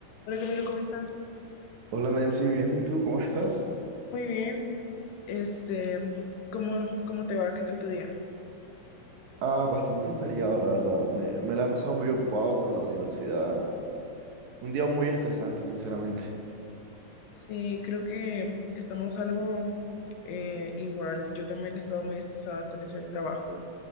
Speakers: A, on the left (about 80°); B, on the right (about 65°).
A: Hola Camilo, ¿cómo estás?
B: Hola Nelcy, bien, ¿y tú cómo estás?
A: Muy bien. Este, ¿cómo, cómo te va? ¿Qué tal tu día?
B: Ah, bastante atareado, la verdad. Me, me la he pasado muy ocupado con la universidad. Un día muy estresante, sinceramente.
A: Sí, creo que estamos algo eh, igual. Yo también he estado muy estresada con eso del trabajo.